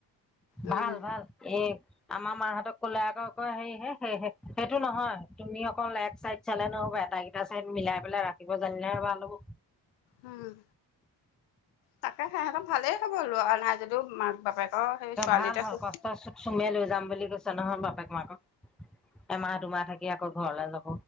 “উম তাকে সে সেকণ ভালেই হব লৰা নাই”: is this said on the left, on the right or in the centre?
Left